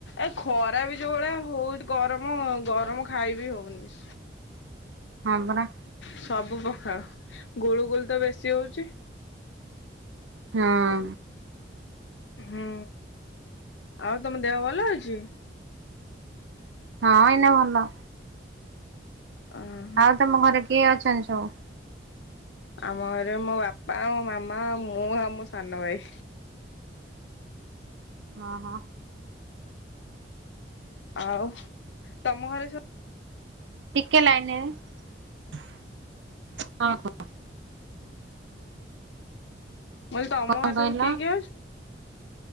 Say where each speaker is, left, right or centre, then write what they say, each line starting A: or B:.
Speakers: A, on the left (about 80°); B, on the right (about 80°).
A: ଏ ଖରା ବି ଯୋଉ ଭଳିଆ ହଉ ଗରମ ଗରମ ଖାଇ ବି ହଉନି।
B: ହଁ ପରା।
A: ସବୁ ପଖାଳ ଗୁଳୁ ଗୁଳି ତ ବେଶୀ ହଉଛି।
B: ହଁ।
A: ହୁଁ ଆଉ ତମ ଦେହ ଭଲ ଅଛି?
B: ହଁ ଏଇନା ଭଲ।
A: ହଁ।
B: ଆଉ ତମ ଘରେ କିଏ ଅଛନ୍ତି ସବୁ?
A: ଆମ ଘରେ ମୋ ବାପା ମୋ ମାମା ଆ ମୁଁ ଆଉ ମୋ ସାନ ଭାଇ।
B: ହଁ ହଁ।
A: ଆଉ ତମ ଘରେ ସବୁ
B: ଟିକେ ଲାଇନେ ହଁ ହଁ।
A: କହିଲି ତମ
B: କଣ
A: ଘରେ
B: କହିଲ
A: ସବୁ କିଏ କିଏ ଅଛି?